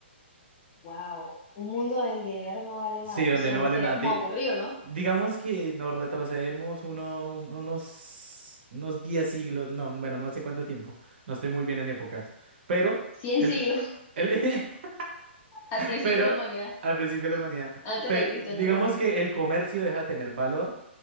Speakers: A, on the left (about 20°); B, on the right (about 60°).
A: Wow. Un mundo del dinero no vale nada.
B: Sí,
A: No
B: donde
A: sé,
B: no
A: uno
B: vale
A: estaría
B: nada.
A: como
B: Di-
A: aburrido, ¿no?
B: digamos que nos retrocedemos uno- unos, unos 10 siglos, no, bueno, no sé cuánto tiempo, no estoy muy bien en épocas, pero
A: Cien
B: el...
A: siglos. <laughs>
B: El, <laughs>
A: Al principio
B: Pero
A: de la humanidad.
B: al principio de la humanidad,
A: Antes
B: pe-
A: de Cristo,
B: digamos
A: antes de Cristo.
B: que el comercio deja de tener valor,